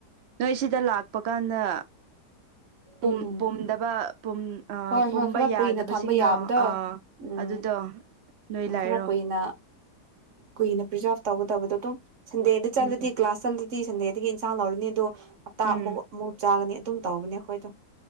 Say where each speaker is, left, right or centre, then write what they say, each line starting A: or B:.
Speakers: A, on the right; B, on the right.
A: ꯅꯣꯏꯁꯤꯗ ꯂꯥꯛꯄ ꯀꯥꯟꯗ ꯄꯨꯝ
B: ꯎꯝ
A: ꯄꯨꯝꯗꯕ ꯄꯨꯝ ꯑ
B: ꯍꯣꯏ
A: ꯄꯨꯝꯕ
B: ꯍꯣꯏ ꯈꯔ
A: ꯌꯥꯗꯕꯁꯤꯡꯗꯣ
B: ꯀꯨꯏꯅ ꯊꯝꯕ ꯌꯥꯕꯗꯣ
A: ꯑ
B: ꯎꯝ
A: ꯑꯗꯨꯗꯣ ꯅꯣꯏ ꯂꯥꯏꯔꯣ
B: ꯈꯔ ꯀꯨꯏꯅ ꯀꯨꯏꯅ ꯄ꯭ꯔꯤꯖꯥꯕ ꯇꯧꯒꯗꯕꯗꯣ ꯑꯗꯨꯝ ꯁꯟꯗꯦꯗ ꯆꯠꯂꯗꯤ
A: ꯎꯝ
B: ꯀ꯭ꯂꯥꯁ ꯆꯠꯂꯗꯤ ꯁꯟꯗꯦꯗ ꯑꯗꯒꯤ ꯏꯟꯁꯥꯡ ꯂꯧꯔꯅꯤ ꯑꯗꯣ ꯍꯞꯇꯥ
A: ꯎꯝ
B: ꯑꯃꯨꯛ ꯑꯃꯨꯛ ꯆꯥꯒꯅꯤ ꯑꯗꯨꯝ ꯇꯧꯕꯅꯦ ꯑꯩꯈꯣꯏꯗꯣ